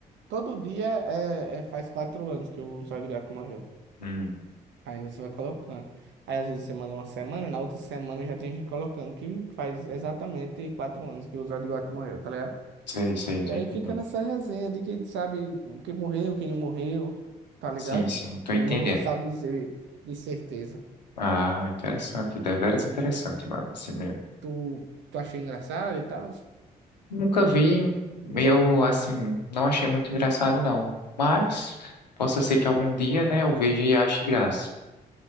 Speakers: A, on the right (about 60°); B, on the left (about 85°).
A: Todo dia é, é- faz quatro anos que o Zóio de Gato morreu.
B: Hum,
A: Aí você vai colocando. Aí às vezes você manda uma semana, na outra semana já tem gente colocando que faz exatamente quatro anos que o Zóio de Gato morreu, tá ligado?
B: sei, sei,
A: E
B: tô
A: aí
B: entendendo.
A: fica nessa resenha de quem sabe quem morreu, quem não morreu, tá ligado?
B: Sim, sim, tô entendendo.
A: Não, não sabe dizer de certeza.
B: Ah, interessante, deveras interessante, mano, assim mesmo.
A: Tu, tu achou engraçado e tal?
B: Nunca vi, eu, assim, não achei muito engraçado, não. Mas, possa ser que algum dia, né, eu veja e ache graça.